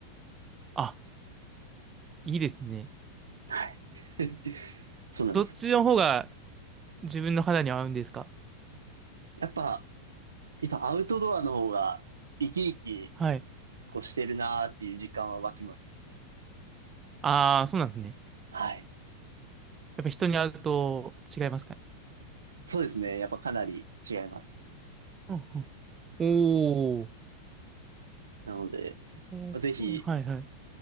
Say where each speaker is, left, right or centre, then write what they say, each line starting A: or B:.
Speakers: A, on the right; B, on the right.
A: あ、いいですね。
B: た。はい。<laughs> そうなんです。
A: どっちの方が自分の肌に合うんですか
B: やっぱ、やっぱアウトドアの方が生き生き
A: はい。
B: こうしてるなーっていう実感は湧きます。
A: ああ、そうなんですね。
B: はい。
A: やっぱ人に会うと違いますかね。
B: そうですね。やっぱかなり違います。
A: うんうん。おお。
B: なので、
A: えー、すごいな。
B: ぜひ、
A: はいはい。